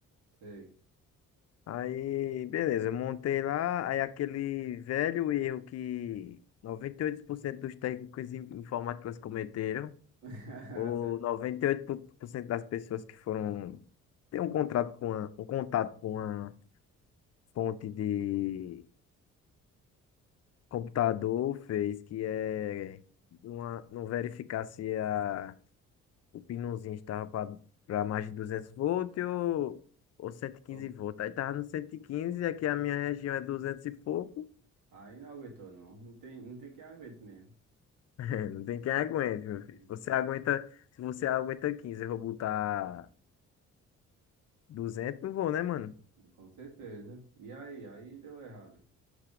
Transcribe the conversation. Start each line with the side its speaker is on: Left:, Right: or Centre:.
Right: sei.
Left: Aí, beleza, eu montei lá, aí aquele velho erro que 98% dos técnicos in- informáticos cometeram,
Right: <laughs>
Left: ou
Right: Certo.
Left: noventa e oito por cento das pessoas que foram ter um contrato com uma, um contato com uma fonte de computador fez, que é uma, não verificar se a, o pinozinho estava para mais de 200 volts ou, ou cento e quinze
Right: Opa.
Left: volts. Aí tava no cento e quinze aqui a minha região é 200 e pouco.
Right: Aí não aguentou, não. Não tem, não tem quem aguente mesmo.
Left: <laughs> Não tem quem aguente, meu filho.
Right: Uhum.
Left: Você aguenta, se você aguenta 15 eu vou botar duzentos não vou, né, mano?
Right: Com certeza. E aí, aí deu errado.